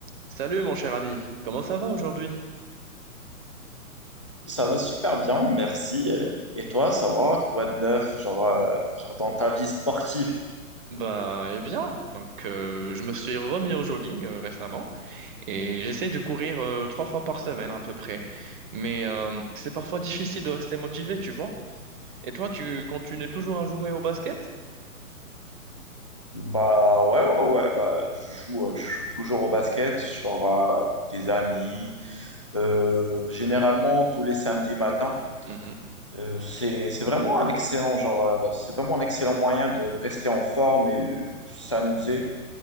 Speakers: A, on the right; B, on the left.
A: Salut mon cher ami, comment ça va aujourd'hui?
B: Ça va super bien, merci. Et toi, ça va? Quoi de neuf? Genre, euh, genre dans ta vie sportive?
A: Bah, eh bien, donc euh, je me suis remis au jogging euh, récemment et j'essaye de courir euh, trois fois par semaine à peu près, mais euh, c'est parfois difficile de rester motivé, tu vois. Et toi, tu continues toujours à jouer au basket?
B: Bah ouais, ouais, ouais, bah je joue, euh, je joue toujours au basket, genre euh, avec des amis, euh, généralement tous les samedis matins.
A: Mhm,
B: Euh, c'est, c'est vraiment un excellent, genre, euh, c'est vraiment un excellent moyen de, de rester en forme et euh, s'amuser.